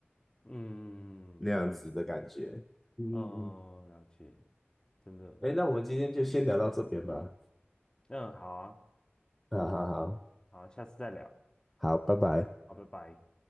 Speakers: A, on the left; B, in the centre.
A: 嗯，
B: 那样子的感觉。
A: 了解，
B: 嗯嗯嗯。
A: 嗯，了解，真的，
B: 哎，那我们今天就先聊到这边吧。
A: 嗯，好啊，
B: 好好好
A: 好啊下次再聊，
B: 好，拜拜。
A: 好，拜拜。